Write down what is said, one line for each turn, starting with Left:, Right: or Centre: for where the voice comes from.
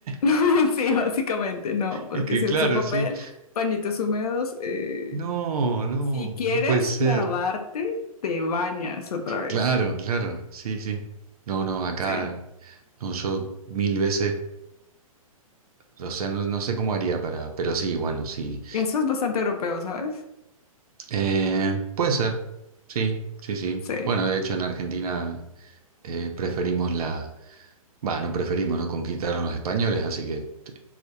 Left: <laughs>
Right: <laughs>
Left: Sí, básicamente, no, porque
Right: Es que
Left: si
Right: claro,
Left: usa papel,
Right: sí.
Left: pañitos húmedos, eh,
Right: No, no,
Left: si quieres
Right: no puede ser.
Left: lavarte, te bañas otra vez.
Right: Claro, claro, sí, sí. No, no, acá,
Left: Sí.
Right: no, yo mil veces, o sea, no, no sé cómo haría para, pero sí, bueno, sí.
Left: Eso es bastante europeo, ¿sabes?
Right: Eh, puede ser, sí, sí, sí.
Left: Sí.
Right: Bueno, de hecho en Argentina eh, preferimos la... Va, no preferimos, ¿no? Conquistaron los españoles, así que t-